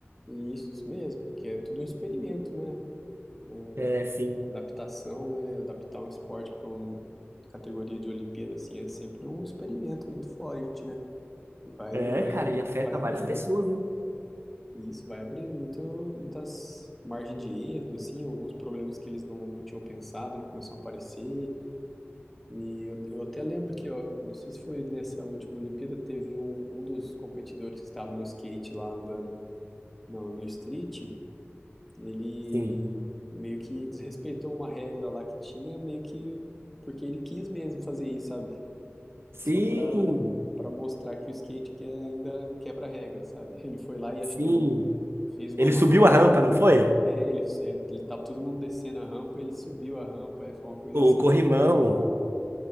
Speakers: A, in the centre; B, on the right.
A: E isso, isso mesmo, porque é tudo um experimento, né? Né, o,
B: É, sim.
A: a adaptação, né? Adaptar um esporte para uma categoria de Olimpíada, assim, é sempre um experimento muito forte, né? E vai,
B: É,
A: vai,
B: cara, e afeta
A: vai
B: várias
A: abrindo,
B: pessoas,
A: né?
B: né?
A: E isso vai abrindo muito, muitas margens de erros, assim, alguns problemas que eles não, não tinham pensado, né, começam a aparecer. E eu, eu até lembro que, ó, não sei se foi nessa última Olimpíada, teve um, um dos competidores que estava no skate lá andando no, no street, ele
B: Sim.
A: meio que desrespeitou uma regra lá que tinha, meio que porque ele quis mesmo fazer isso, sabe?
B: Sim,
A: Só para para mostrar que o skate que ainda quebra a regra, sabe? <laughs> Ele foi lá e acho
B: sim.
A: que ele fez uma
B: Ele
A: manobra
B: subiu a rampa,
A: fora.
B: não foi?
A: É, ele, ele tava todo mundo descendo a rampa, ele subiu a rampa, é, foi uma coisa
B: O
A: assim.
B: corrimão.